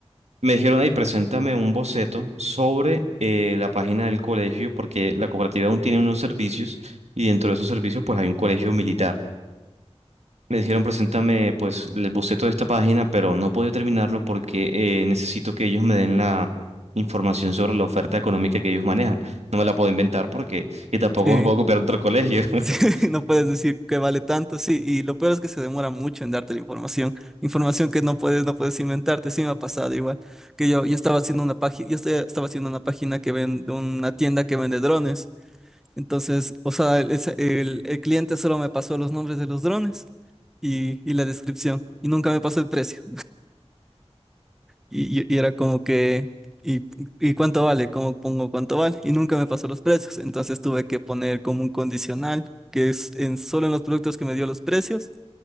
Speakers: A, on the right (about 75°); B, in the centre.
A: me dijeron, ahí, preséntame un boceto sobre eh, la página del colegio porque la cooperativa aún tiene unos servicios y dentro de esos servicios pues hay un colegio militar. Me dijeron, preséntame pues el boceto de esta página, pero no puedo terminarlo porque eh, necesito que ellos me den la información sobre la oferta económica que ellos manejan. No me la puedo inventar porque, y tampoco
B: Sí.
A: me puedo copiar de otro colegio. <laughs>
B: Sí, <laughs> no puedes decir que vale tanto, sí, y lo peor es que se demora mucho en darte la información, información que no puedes, no puedes inventarte, sí me ha pasado igual, que yo, yo estaba haciendo una página, yo esta- estaba haciendo una página que vende, una tienda que vende drones, entonces, o sea, el, ese- el- el cliente solo me pasó los nombres de los drones y, y la descripción, y nunca me pasó el precio. Y, y- y era como que, ¿y, y cuánto vale? ¿Cómo pongo cuánto vale? Y nunca me pasó los precios. Entonces tuve que poner como un condicional, que es en, solo en los productos que me dio los precios,